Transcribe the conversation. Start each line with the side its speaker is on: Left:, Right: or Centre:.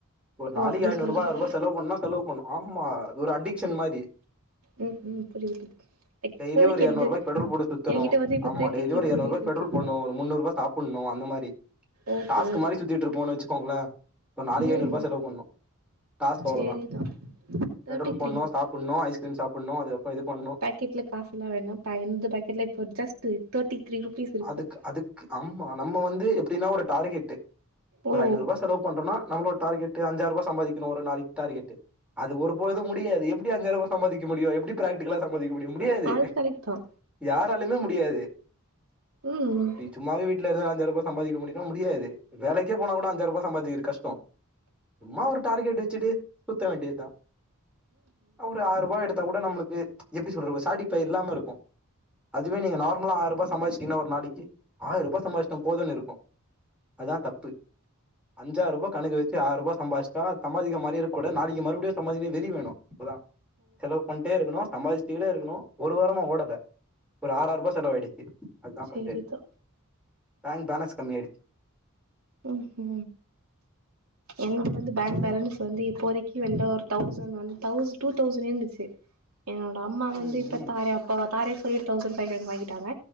Centre: ஒரு
Right: ஓ
Centre: நளைக்கு
Right: அப்டி
Centre: ஐநூறு
Right: சொல்றீங்க
Centre: ரூபா ஆயிருபா செலவு பண்ணா செலவு பண்ணு ஆம்மா அது ஒரு அடிக்சன் மாரி
Right: ம்ஹும் புரியுது இப்போதைக்கு
Centre: டெய்லி ஒரு எர்நூறு
Right: என்து
Centre: ரூபாய்க்கு பெட்ரோல் போட்டு சுத்தணு
Right: என்கிட்ட வந்து இப்ப
Centre: ஆம்மா
Right: தேர்ட்டி
Centre: டெய்லி
Right: த்ரூ
Centre: ஒரு எர்நூறு
Right: ருபீஸ்
Centre: ரூபாய்க்கு
Right: இருக்கு
Centre: பெட்ரோல் போட்ணு ஒரு முன்னூறுபா சாப் புட்ணு அந்த மாரி
Right: ஓஹோ
Centre: டாஸ்க்கு மாரி சுத்திட்டு இருப்பபோனு வச்சுக்கோங்களே ஒரு நாளைக்கு
Right: ம்
Centre: ஐநூறு ருபா செலவு பண்ணு டாஸ்க் அவ்ளோதா
Right: சேரிதா தேர்ட்டி
Centre: பெட்ரோல் போட்ணு
Right: த்ரீ
Centre: சாப்புட்ணு ஐஸ்கிரீம் சாப்புட்ணு அதுக்கப்றோ இது பண்ணு
Right: கெட்ல காசு இல்லா வேனா இப்ப எந்த பேக்கெட்ல ஜஸ்ட் தேர்ட்டி த்ரீ ருபீஸ் இருக்குது
Centre: அதுக்கு அதுக்கு ஆம்மா நம்ம வந்து எப்டின்னா ஒரு டார்கெட்டு ஒரு
Right: ஓ
Centre: ஐநூறுபா செலவு பண்றம்னா நம்ளோட டார்கெட்டு க்கு அஞ்சாயிரூபா சம்பாதிக்கனு ஒரு நாளைக்கு டார்கெட்டு அது ஒரு பொழுதும் முடியாது எப்டி அஞ்சாயி ரூபா சம்பாதிக்க முடியும் எப்டி பிராக்டிகலா சம்பாதிக்க முடியு முடியாது
Right: அது கரெக்ட் தா
Centre: யாராலுமே முடியாது
Right: ம்ம்
Centre: இப்டி சும்மாவே வீட்டுல இருந்தா அஞ்சாயிரூபா சம்பாதிக்க முடியுமா முடியாது வேலைக்கே போன கூட அஞ்சாயிரூபா சம்பாதிக்கிறது கஷ்டோ சும்மா ஒரு டார்கெட் வச்சுட்டு சுத்த வேண்டியத்தா அவொரு ஆயி ரூபா எடுத் குடுத்தா கூட நம்மளுக்கு எப்டி சொல்றது ஒரு சாட்டிப்பை இல்லாம இருக்கு அதுவே நீங்க நார்மலா ஆயிரம் ரூபா சம்பாதிச்சி டீங்கனா ஒரு நாளைக்கு ஆயிரம் ரூபாய் சம்பாதிச்சுட்டோ போதும்ன்னு இருக்கு அதா தப்பு ப்பே அஞ்சாயிர ரூபா கணக்கு வெச் சி ஆயிரூபா சம்பாதிச்ட்டா சம்பாதிக்கிற மாறியேருக் கூடாத் நாளைக்கு மறுபடியு சம்பாதிக்க வெறி வேணு அப்பதா செலவு பண்ட்டே இருக்குணு சம்பாதிச்சிடிடே இருக்குணு ஒரு வாரமா ஓடல ஒரு ஆறாருபா செலவாயிடுச்சு. அத்தா
Right: சரிதா
Centre: பண்டு, பேங் பேலன்ஸ் கம்மி ஆயிடுச்சு.
Right: ம் ஹு எங்கிட்ட வந்து பேங்
Centre: அதுதா
Right: பேலன்ஸ் வந்து இப்போதைக்கி என்ட ஒரு தெளசண் வந் தௌஸ் டூ தௌசண் இருந்துச்சு. என்னோட அம்மா வந்து
Centre: ம்
Right: இப்ப
Centre: ம்
Right: தாரே அப்ப வா தாரேஸ் கொரியர் தெளசண் ஃபை <unintelligible> வாங்கிட்டாங்க.